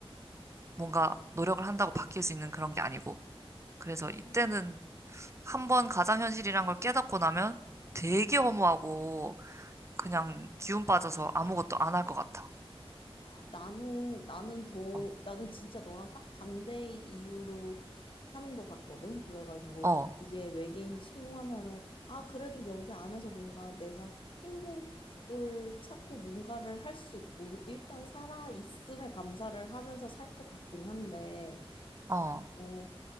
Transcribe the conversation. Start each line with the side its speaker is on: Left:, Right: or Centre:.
Right: 뭔가
Left: 아,
Right: 노력을 한다고 바뀔 수 있는 그런 게 아니고. 그래서
Left: 아.
Right: 이때는 한 번 가상현실이란 걸 깨닫고 나면 되게 허무하고 그냥 기운 빠져서 아무것도 안 할 것 같아.
Left: 아, 나는 나는 더
Right: 어,
Left: 나는 진짜 너랑 딱 반대의 이유로 하는 것 같거든. 그래가지고
Right: 어,
Left: 이게 외계인이 신공하면은 아 그래도 여기 안에서 뭔가 내가 행복을 찾고 뭔가를 할 수 있고 일단 살아 있음에 감사를 하면서 살 것 같긴 한데
Right: 어.
Left: 어